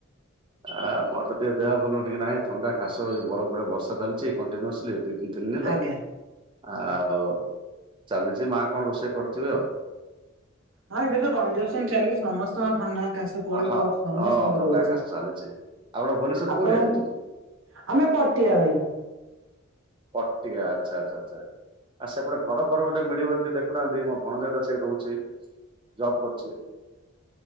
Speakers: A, on the right; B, on the right.
A: ଆ ମତେ ଟିକେ ଦେହ ଭଲ ଟିକେ ନାହିଁ ଥଣ୍ଡା ଖାସ ବରହମପୁର ବର୍ଷା ଚାଲିଚି କଣ୍ଟିନୁସଲି। ଦି ତିନି ତିନି ହେଲା
B: ଆଜ୍ଞା
A: ଆଉ ଚାଲିଚି। ମା କଣ ରୋଷେଇ କରିଥିବେ ଆଉ।
B: ହଁ, ଏବେ ତ କଂଜେସନ
A: ହେଲା
B: ଚାଲି ସମସ୍ତଙ୍କ ଥଣ୍ଡା କା କୋଲଡ଼
A: ଆ, ହଁ
B: କଫ ସମସ୍ତଙ୍କର
A: ହଁ ଥଣ୍ଡା
B: ରହୁଚି।
A: କାଶ ଚାଲିଛି। ଆପଣ ଭୁବନେଶ୍ୱର କୋଉ
B: ଆପଣଙ୍କୁ
A: ଏରିଆରେ ରହୁଛନ୍ତି
B: ଆମେ ପଟିଆ ଭାଇ।
A: ପଟକା ଆଛା ଆଛା ଆଛା। ଆଉ ସେପଟେ ଘର ଫର ଗୋଟେ ମିଳିବନ ଟିକେ ଦେଖୁନାହାନ୍ତି ମୋ ଭଣ ଦେଟା ସେଇ ରହୁଛି ଜବ୍ କରୁଛି।